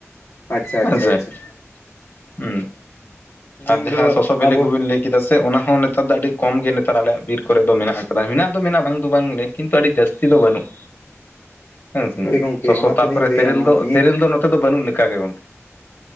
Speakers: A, on the left; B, on the left.
A: ᱟᱪᱪᱷᱟ ᱟᱪᱷᱟ
B: ᱦᱮᱸᱥᱮ
A: ᱟᱪᱷᱟ
B: ᱦᱩᱸ
A: ᱢᱮᱱᱫᱚ
B: ᱟᱨ ᱡᱟᱦᱟᱸ ᱥᱚᱥᱚ ᱵᱮᱞᱮ
A: ᱟᱵᱚ
B: ᱠᱚᱵᱤᱱ ᱞᱟᱹᱭ ᱠᱮᱫᱟ ᱥᱮ ᱚᱱᱟ ᱦᱚᱸ ᱱᱮᱛᱟᱨ ᱫᱚ ᱟᱹᱰᱤ ᱠᱚᱢ ᱜᱮ ᱱᱮᱛᱟᱨ ᱟᱞᱮᱭᱟᱜ ᱵᱤᱨ ᱠᱚᱨᱮ ᱫᱚ ᱢᱮᱱᱟᱜ ᱟᱠᱟᱫᱟ ᱢᱮᱱᱟᱜ ᱫᱚ ᱢᱮᱱᱟᱜᱼᱟ ᱵᱟᱝ ᱫᱚ ᱵᱟᱝ ᱜᱮ ᱠᱤᱱᱛᱩ ᱟᱹᱰᱤ ᱡᱟᱹᱥᱛᱤ ᱫᱚ ᱵᱟᱹᱱᱩᱜ ᱦᱩᱸ ᱦᱩᱸ
A: ᱦᱳᱭ ᱜᱚᱢᱠᱮ
B: ᱥᱚᱥᱚ
A: ᱚᱱᱟ
B: ᱛᱟᱯᱚᱨᱮ
A: ᱛᱮᱞᱤᱧ ᱞᱟᱹᱭᱟ
B: ᱛᱮᱨᱮᱞ
A: ᱱᱚᱣᱟ
B: ᱫᱚ
A: ᱵᱤᱨ
B: ᱛᱮᱨᱮᱞ ᱫᱚ ᱱᱚᱛᱮ ᱫᱚ ᱵᱟᱹᱱᱩᱜ ᱞᱮᱠᱟ ᱜᱮ ᱜᱚᱝᱠᱮ